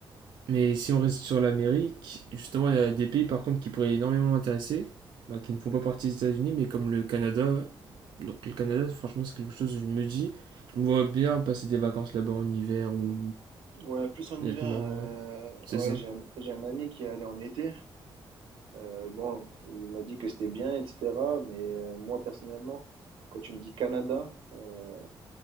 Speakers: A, on the right; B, on the right.
A: Mais si on reste sur l'Amérique, justement, il y a des pays par contre qui pourraient énormément m'intéresser, bah, qui ne font pas partie des États-Unis, mais comme le Canada. Donc le Canada, franchement, c'est quelque chose que je me dis, je me vois bien passer des vacances là-bas en hiver ou...
B: Ouais, plus en
A: Honnêtement,
B: hiver, euh,
A: c'est
B: ouais,
A: ça.
B: j'ai un, j'ai un ami qui est allé en été. Euh, bon, il m'a dit que c'était bien, etc. Mais euh, moi, personnellement, quand tu me dis Canada, euh,